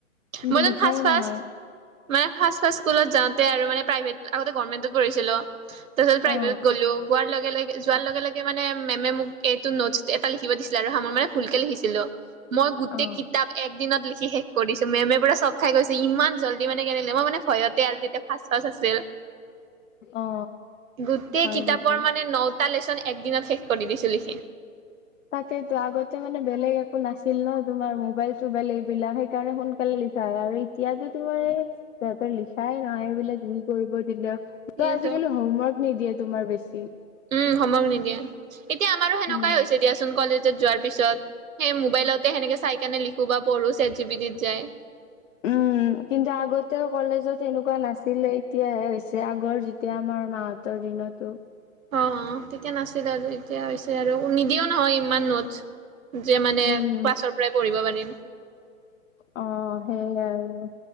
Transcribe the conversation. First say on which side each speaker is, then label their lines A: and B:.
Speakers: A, on the left; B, on the right.
A: কিন্তু
B: মইতো
A: লিখায়ে
B: ফাৰ্ষ্ট ফাৰ্ষ্ট
A: নহয়
B: মানে ফাৰ্ষ্ট ফাৰ্ষ্ট স্কুলত যাওঁতে আৰু মই প্ৰাইভেট আগতে গৰ্মেণ্টত পঢ়িছিলোঁ তাৰপিছত প্ৰাইভেত
A: অ
B: গ'লো গোৱাৰ লগে লগে যোৱাৰ
A: অ
B: লগে লগে মানে মেমে মোক এইটো নটছ এটা লিখিব দিছিলে হা মই মানে ভুলকে লিখিছিলোঁ মই গোটেই
A: অ
B: কিতাপ এক দিনত লিখি শেষ কৰিছো মেমে পুৰা চক খাই গৈছে ইমান জল্দি মানে কেনেকে মই মানে ভয়তে তেতিয়া ফাষ্ট -ফাষ্ট আছিল
A: অ
B: গোটেই
A: হয়
B: কিতাপৰ
A: নেকি
B: মানে নটা লেচন একদিনত শেষ কৰি দিছো লিখি।
A: তাকেইটো আগতে মানে বেলেগ একো নাছিল ন'তোমাৰ মোবাইল -চোবাইল এইবিলাক সেইকাৰণে সোনকালে লিখা হয় আৰু এতিয়াতো তোমাৰ এই তহঁতৰ লিখাই নহয় এইবিলাক যি কৰিব দিলেও
B: সেইটো
A: আৰু আজিকালি হোমৱৰ্ক নিদিয়ে তোমাৰ বেছি
B: উম, হোমৱৰ্ক নিদিয়ে এতিয়া আমাৰো সেনেকুৱাই
A: উম
B: হৈছে দিয়াচোন কলেজত যোৱাৰ পিছত সেই মোবাইলতে সেনেকে চাই কেনে লিখো বা পঢ়ো চেট জি পিটিত যায়।
A: উম কিন্তু আগতেও কলেজত সেনেকুৱা নাছিলে, এতিয়াহে হৈছে আগৰ যেতিয়া আমাৰ মাহতৰ দিনটো
B: অহ - অহ তেতিয়া নাছিল আৰুএতিয়া হৈছে আৰু নিদিয়েও নহয় ইমান নোটচ যে মানে
A: উম
B: ক্লাছৰ পৰাই পঢ়িব পাৰিম।
A: অহ, সেইয়াই আৰু